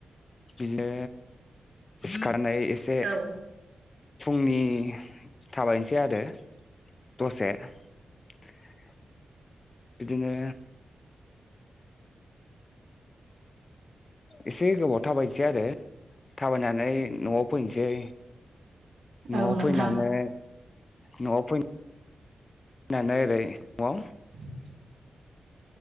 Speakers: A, on the left (about 40°); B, on the right (about 75°).
A: बिदिनो सिखार नानै एसे
B: औ
A: फुंनि थाबायनोसै आरो दसे <inaudible> बिदिनो एसे गोबाव थाबायनसै आरो थाबायनानै न'आव फैनसै
B: औ
A: न'आव
B: नोंथां
A: फैनानै न'आव फै नै ओरै न'आव
B: <inaudible>